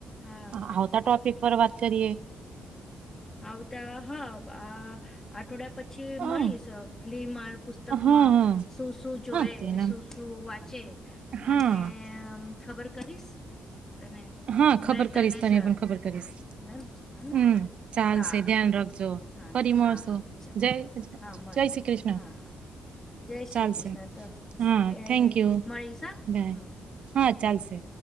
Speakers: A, on the left (about 25°); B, on the right (about 60°).
A: હા
B: આવતા ટોપિક પર વાત કરીએ.
A: આવતા હા આ આટવડિયા પછી
B: હા
A: મળીશ ફિલ્મ પુસ્તક
B: હા
A: માં
B: હા
A: શું શું જોય
B: હા તેના
A: શું શું વાંચે મને
B: હા
A: અમ ખબર કરીશ. તને
B: હા ખબર
A: મેં તનેસ
B: કરીશ તને પણ ખબર કરીશ
A: હેન હેને.
B: હમ ચાલશે
A: સારું
B: ધ્યાન રાખજો
A: હા
B: ફરી મળશો
A: હા હા ચાલ
B: જય
A: હા મળે
B: જય શ્રી કૃષ્ણ
A: હા હા. જય શ્રી
B: ચાલશે
A: કૃષ્ણ <unintelligible>
B: હા
A: એ
B: થેન્ક યુ
A: મળીશ
B: બાય
A: હમ્મ.
B: હા ચાલશે.